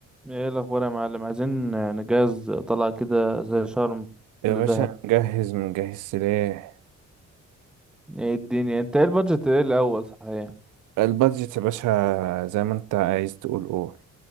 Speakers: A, in the centre; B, on the right.
A: ايه الاخبار يا معلم عايزين نجهز طلعة كده زي شرم
B: يا
A: لدهب
B: باشا نجهز منجهز سلاح
A: ايه الدنيا انت ايه البادجت ايه الاول صحيح
B: البادجت يا باشا زي ما انت عايز تقول قول